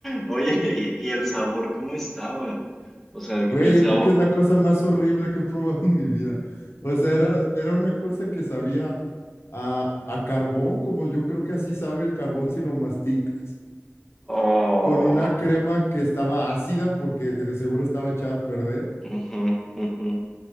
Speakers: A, in the centre; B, on the left (about 60°).
A: Oye, ¿y, y el sabor cómo estaba? O sea, el,
B: Güey,
A: el sabor.
B: yo creo que es la cosa más horrible que he probado en mi vida. O sea, era, era una cosa que sabía a, a carbón, como yo creo que así sabe el carbón si lo mastica,
A: Oh,
B: con una crema que estaba ácida porque de seguro estaba echada a perder
A: ujú, ujú,